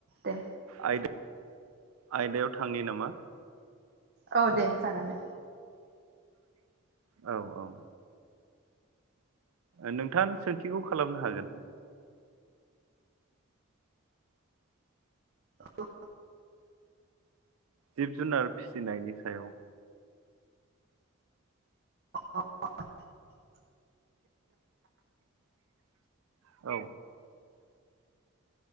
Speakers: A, on the right; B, on the right.
A: दे
B: आयदा आयदायाव थांनि नामा
A: औ दे जागोन दे
B: औ औ नोंथां सोंथिखौ खालामनो हागोन
A: औ
B: जिब जुनार फिसिनायनि सायाव
A: अ
B: औ